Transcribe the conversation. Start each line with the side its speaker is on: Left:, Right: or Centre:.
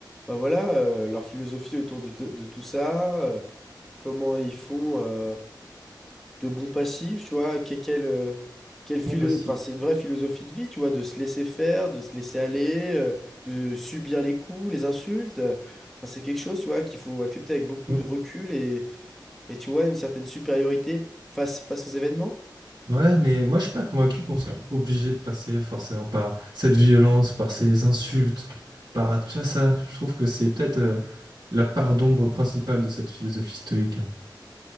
Centre: bah voilà, euh, leur philosophie autour de, t- de tout ça, euh, comment ils font euh, de bons passifs, tu vois. que- Quelle, euh, quelle philo-
Right: Bon passif.
Centre: enfin, c'est une vraie philosophie de vie, tu vois, de se laisser faire, de se laisser aller, euh, de subir les coups, les insultes. Enfin, c'est quelque chose, tu vois, qu'il faut accepter avec beaucoup
Right: Oh.
Centre: de recul et tu vois, une certaine supériorité face, face aux événements.
Right: Ouais, mais moi je suis pas convaincu qu'on soit obligé de passer forcément par cette violence, par ces insultes, par tu vois, ça. Je trouve que c'est peut-être euh, la part d'ombre principale de cette philosophie stoïque.